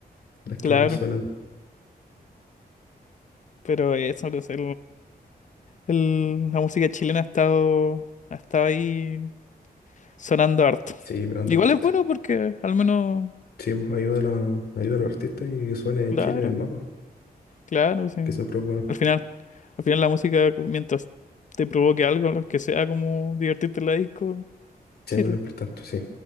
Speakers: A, on the left (about 75°); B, on the left (about 50°).
A: las que
B: Claro,
A: menos suenan.
B: pero eso, no sé, el- la música chilena ha estado, ha estado ahí sonando harto.
A: Sí, pegando
B: Igual
A: fuerte.
B: es bueno porque al menos,
A: Sí, pues ayuda a, la- ayuda a los artistas y que suene
B: claro,
A: Chile en el mapa,
B: claro, sí.
A: que siempre es bueno.
B: Al final, al final la música, mientras te provoque algo, lo que sea como divertirte en la disco,
A: Siempre
B: sirve.
A: es lo importante, sí.